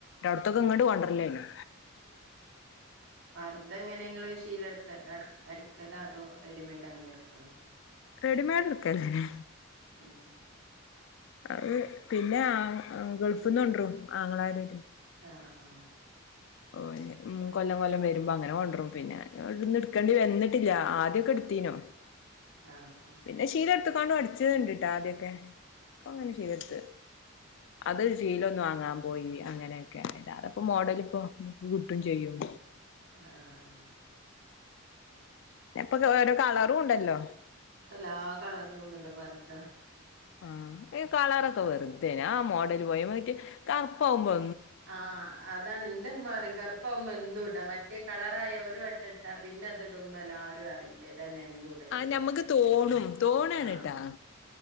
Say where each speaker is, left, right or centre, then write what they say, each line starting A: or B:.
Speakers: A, on the left; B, on the right.
A: അവിടത്തൊക്കെ
B: ആഹ്
A: ഇങ്ങോട്ട് കൊണ്ടർലേന്ന്
B: പർത എങ്ങനെങ്ങള് ശീലെടുത്ത അടുക്കലോ അതോ റെഡിമെയ്ഡ് അങ്ങനെ എടുക്കല്ലോ
A: റെഡിമെയഡ് എക്കല്ലേെ
B: ഉം
A: അത് പിന്നെ ആ ഗൾഫന്ന കൊണ്ടുരും ആങ്ങളാര്
B: ആ ആ
A: ഓ ഉ കൊല്ലം കൊല്ലം വരുമ്പോ അങ്ങനെ കൊണ്ടരും പിന്നെ ഇന്ന് എടുക്കേണ്ടി വന്നിട്ടില്ല ആദ്യൊക്കെ എടുതീനു
B: ആഹ്
A: പിന്നെ ശീല കാണും അടിച്ചത്ണ്ട്ട്ടൊ ആദ്യൊക്കെ അപ്പൊ അങ്ങനെ ശീലഡ്ത്ത്
B: ആഹ്
A: അത്ൽ സിലലൊന്ന് വാങ്ങാൻ പോയി അങ്ങനെ അയ്ലേറെ മോഡൽ ഇപ്പൊ <unintelligible> കിട്ടും ചെയ്യും.
B: ആഹ് ആഹ്
A: ഇപ്പൊക്കൊരോ കളറുണ്ടല്ലോ
B: എല്ലാ കളറിലുണ്ടല്ലോ പർദ
A: ആഹ് ഇ കളറൊക്കെ വെറ്തേന് ആ മോഡല് പോയ മറ്റേ കറ്പ്പവുമ്പോ
B: ആഹ് അതാണ് ഇന്റെമ്മ പറയും കറുപ്പാവുമ്പോ ന്നൂടാ മറ്റേ കളറായ ഒരു വട്ട ഇട്ട പിന്നെ അത്ടുമ്മല എല്ലാരും അറിയില്ലേ ഇതന്നെ എന്നും ഇടല്
A: ആ ഞമ്മുക്ക്
B: പറയും
A: തോണും തോണാണ്
B: ആഹ്
A: കേട്ടാ